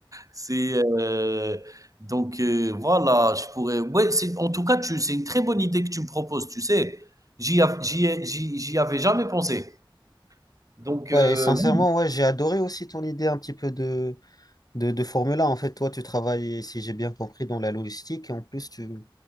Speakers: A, on the right; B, on the left.
A: C'est, heu, donc heu, voilà, je pourrais ouais, c'est en tout cas, tu c'est une très bonne idée que tu me proposes, tu sais? J'y av j'y ai j'y j'y avais jamais pensé. Donc
B: Ouais,
A: heu,
B: et sincèrement,
A: oui,
B: ouais, j'ai adoré aussi ton idée un petit peu de, de, de Formule 1. En fait, toi, tu travailles, si j'ai bien compris, dans la logistique et en plus, tu,